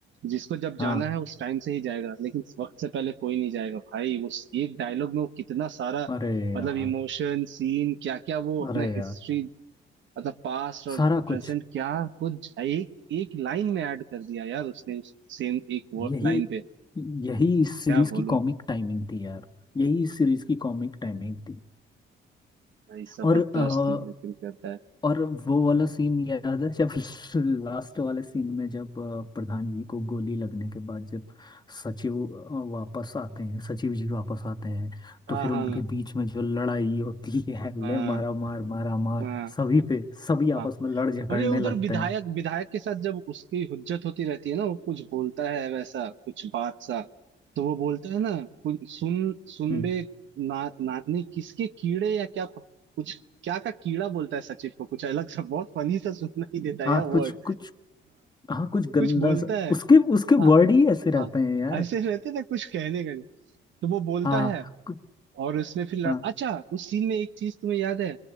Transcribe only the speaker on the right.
जिसको जब जाना
है उस टाइम से ही जाएगा लेकिन वक्त से पहले कोई नहीं जाएगा भाई उस एक डायलॉग में वो कितना सारा
मतलब इमोशन सीन क्या क्या वो अपना
हिस्ट्री मतलब पास्ट और
प्रेजेंट
क्या कुछ एक एक लाइन में ऐड कर दिया यार उसने उस सेम एक
लाइन पे
क्या बोलूं
भाई जबरदस्त
लेकिन करता है
हाँ
हाँ
हाँ
हाँ
हाँ
अरे उधर
विधायक
विधायक के साथ जब उसकी हुज्जत होती रहती है ना वो कुछ बोलता है वैसा कुछ बात सा तो वो बोलता है ना कुछ सुन सुन
बे ना, ना नहीं किसके कीड़े या क्या कुछ क्या का कीड़ा बोलता है सचिव को कुछ अलग सा बहुत फनी सा सुनना ही देता है
यार वर्ड
कुछ बोलता
है
हाँ
हाँ
ऐसे रहते ना कुछ कहने का नहीं तो वो बोलता
है
और उसमें फिर लड़...
अच्छा उस सीन में एक चीज तुम्हें याद है